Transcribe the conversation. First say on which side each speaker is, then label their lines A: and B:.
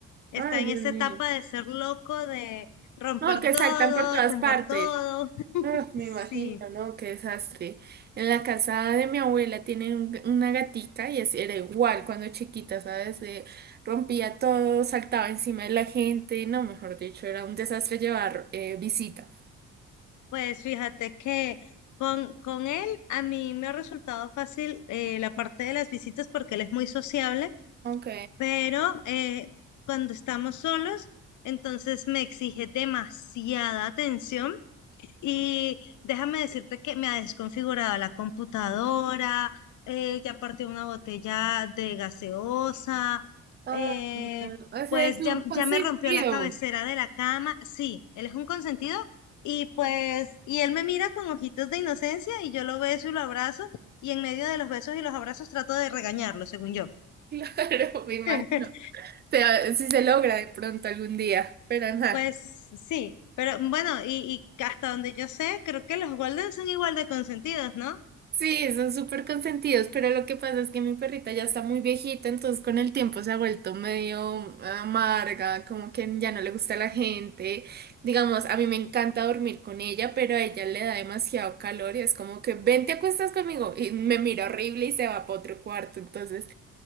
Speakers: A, on the left; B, on the right.
A: Está
B: Ay,
A: en
B: Dios
A: esa
B: mío.
A: etapa de ser loco, de romper
B: No, que
A: todo,
B: saltan por todas
A: tumbar
B: partes.
A: todo.
B: Ah, me
A: Sí,
B: imagino, ¿no? Qué desastre. En la casa de mi abuela tienen un- una gatica y así era igual cuando chiquita, ¿sabes? De- rompía todo, saltaba encima de la gente, no, mejor dicho, era un desastre llevar eh, visita.
A: pues fíjate que con, con él a mí me ha resultado fácil eh, la parte de las visitas porque él es muy sociable.
B: Ok.
A: pero eh, cuando estamos solos, entonces me exige demasiada atención y déjame decirte que me ha desconfigurado la computadora, eh, ya partió una botella de gaseosa,
B: Ah,
A: eh,
B: no, ese
A: pues
B: es un
A: ya,
B: consentido.
A: ya me rompió la cabecera
B: <laughs>
A: de la cama, sí, él es un consentido y pues, y él me mira con ojitos de inocencia y yo lo beso y lo abrazo. Y en medio de los besos y los abrazos trato de regañarlo, según yo.
B: Claro, me imagino.
A: <laughs>
B: O sea, si se logra de pronto algún día, pero nada.
A: Pues sí, pero bueno, y, y hasta donde yo sé, creo que los Golden son igual de consentidos, ¿no?
B: Sí, son súper consentidos, pero lo que pasa es que mi perrita ya está muy viejita, entonces con el tiempo se ha vuelto medio amarga, como que ya no le gusta la gente. Digamos, a mí me encanta dormir con ella, pero a ella le da demasiado calor y es como que ven, te acuestas conmigo y me mira horrible y se va para otro cuarto. Entonces,